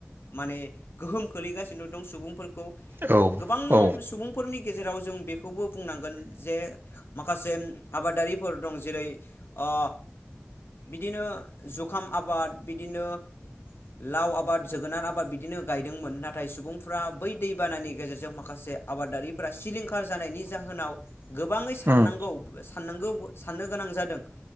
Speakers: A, on the left (about 65°); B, on the right (about 55°).
A: माने गोहोम खोलैगासिनो दं सुबुंफोरखौ
B: औ
A: गोबां
B: औ
A: सुबुं फोरनि गेजेराव जों बेखौबो बुंनांगोन जे माखासे आबादारिफोर दं जेरै ओ बिदिनो जुखाम आबाद बिदिनो लाव आबाद जोगोनार आबाद बिदिनो गायदोंमोन नाथाय सुबुंफ्रा बै दैबानानि गेजेरजों माखासे आबादारिफ्रा सिलिंखार जानायनि जाहोनाव गोबाङै साननांगौ
B: उम
A: साननांगौ साननो गोनां जादों